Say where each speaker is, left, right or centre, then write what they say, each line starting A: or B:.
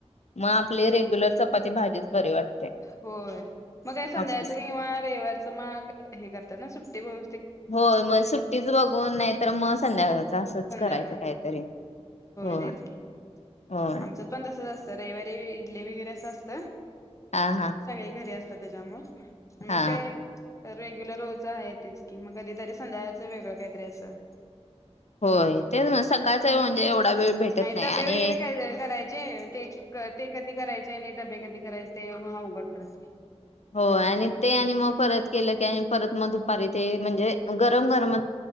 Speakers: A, on the left (about 75°); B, on the left (about 25°).
A: मग आपले रेग्युलर चपाती भाजीच बरी वाटते
B: होय मग काय संध्याकायचं
A: हापूस
B: किंवा रविवारचं मग हे करतात ना सुट्टी ब
A: हो मग सुट्टीच बघून नाहीतर मग संध्याकाळच असंच
B: संध्याकाळचं
A: करायचं काहीतरी. होय
B: तेच की
A: होय.
B: आमच्यात पण तसंच अस तर रविवारी इडली वगैरे असं असतं.
A: हा हा
B: सगळे घरी असत तेचामुळं
A: हा
B: मग काय रेग्युलर रोज आहे तेच की मग कधीतरी संध्याकाळचं वेगळं काहीतरी असं
A: होय तेच सकाळच म्हणजे एवढा वेळ भेटत नाही
B: डबे
A: आणि
B: वगैरे करायचे ते ते कधी करायचे आणि डबे कधी करायचे ते मग अवघड पडतय.
A: हो आणि ते आणि मग परत केलं की आणि परत मग दुपारी ते म्हणजे गरम गरम